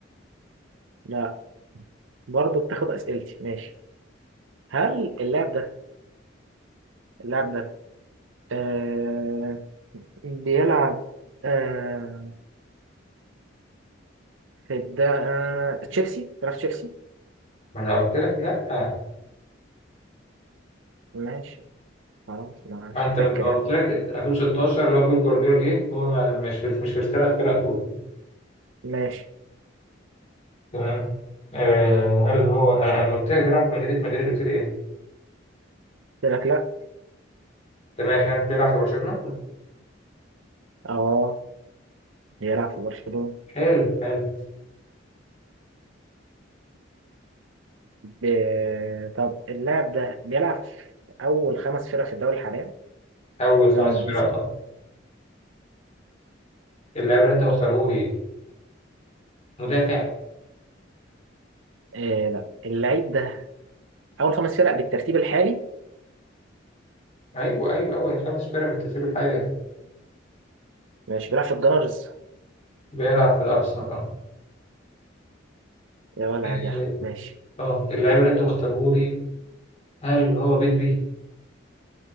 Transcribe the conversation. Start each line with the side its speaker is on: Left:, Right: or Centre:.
Right: لا برضه بتاخد اسئلتي ماشي هل اللاعب ده اللاعب ده آه بيلعب آه في الد... آه تشيلسي بيلعب في تشيلسي
Left: ما انا قلت لك لا آه.
Right: ماشي خلاص مش
Left: ما انت
Right: فاكر
Left: من هو
Right: يعني
Left: قلت لك اكون 16 اللي هو بيب جوارديولا جه هو ما مش في مش في الثلاث فرق دول
Right: ماشي
Left: تمام آه هل هو آه، اما قلت لك بيلعب في مدريد مدريد قلت لي ايه؟
Right: قلت لك لا
Left: انت ماشي عارف بيلعب في برشلونه؟
Right: اه بيلعب في برشلونة
Left: حلو حلو
Right: ب... طب اللاعب ده بيلعب في اول خمس فرق في الدوري حاليا
Left: اول
Right: الدوري
Left: خمس
Right: الانجليزي
Left: فرق اه اللاعب اللي انت مختاره لي مدافع
Right: آه لا اللعيب ده اول خمس فرق بالترتيب الحالي
Left: ايوه ايوه اول خمس فرق بالترتيب الحالي يعني
Right: ماشي بيلعب في الجنرز
Left: بيلعب في الارسنال اه
Right: يا ولا
Left: ال-
Right: يا ماشي
Left: اه اللاعب اللي انت مختاره لي هل هو بدري؟